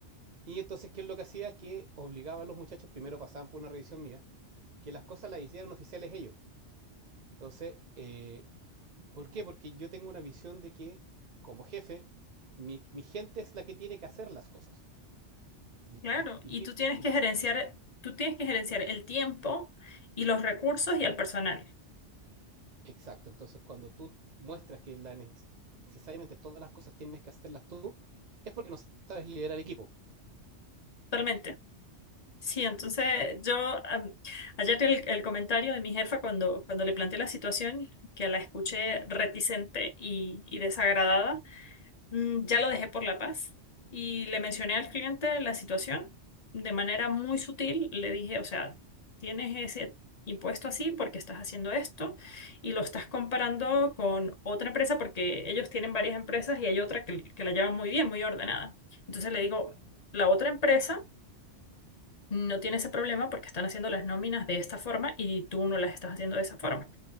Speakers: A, on the right; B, on the left.
A: Y entonces, ¿qué es lo que hacía? Que obligaba a los muchachos, primero pasaban por una revisión mía, que las cosas las hicieran oficiales ellos. Entonces, eh, ¿por qué? Porque yo tengo una visión de que como jefe, mi, mi gente es la que tiene que hacer las cosas. Y-
B: Claro,
A: y-
B: y
A: y
B: tú
A: y-
B: tienes que
A: y-
B: gerenciar, tú tienes que gerenciar el tiempo y los recursos y al personal.
A: exacto, entonces cuando tú muestras que la necesariamente todas las cosas tienes que hacerlas tú, es porque no sabes liderar equipo.
B: Totalmente. Sí, entonces yo am, ayer el, el comentario de mi jefa cuando, cuando le planteé la situación, que la escuché reticente y, y desagradada, Mm, Ya lo dejé por la paz y le mencioné al cliente la situación de manera muy sutil. Le dije, o sea, tienes ese impuesto así porque estás haciendo esto y lo estás comparando con otra empresa porque ellos tienen varias empresas y hay otra que, que la llevan muy bien, muy ordenada. Entonces le digo, la otra empresa no tiene ese problema porque están haciendo las nóminas de esta forma y tú no las estás haciendo de esa forma,